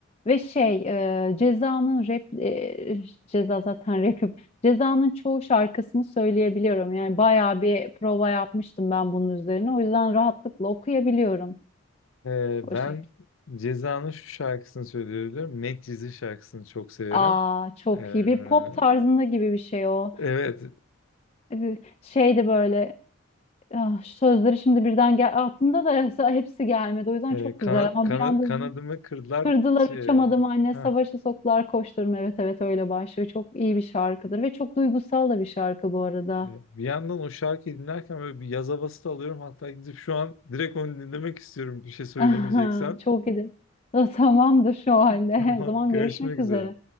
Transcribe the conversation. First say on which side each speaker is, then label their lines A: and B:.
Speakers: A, on the left; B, on the left.
A: ve şey e, Ceza'nın rap e, Ceza zaten <laughs> rapim. Ceza'nın çoğu şarkısını söyleyebiliyorum. Yani bayağı bir prova yapmıştım ben bunun üzerine. O yüzden rahatlıkla okuyabiliyorum
B: Ee,
A: o
B: ben
A: şekilde.
B: Ceza'nın şu şarkısını söylüyorum. Medcezir şarkısını çok severim.
A: Aa çok
B: Ee,
A: iyi bir pop tarzında gibi bir şey o.
B: evet.
A: E, Şeydi böyle ah, sözleri şimdi birden gel aklımda da <laughs> hepsi gelmedi. O yüzden
B: e,
A: çok
B: kana,
A: güzel ama
B: kana-
A: bir anda
B: kanadımı kırdılar.
A: Kırdılar
B: Ç-
A: uçamadım
B: e,
A: anne
B: heh.
A: savaşa soktular koşturum evet evet öyle başlıyor çok iyi bir şarkıdır ve çok duygusal da bir şarkı bu arada
B: Bir yandan o şarkıyı dinlerken böyle bir yaz havası da alıyorum. Hatta gidip şu an direkt onu dinlemek istiyorum. Bir şey söylemeyeceksen.
A: <laughs> çok iyi de <laughs> tamamdır şu halde
B: <laughs> Tamam.
A: <laughs> o zaman
B: Görüşmek
A: görüşmek üzere
B: üzere.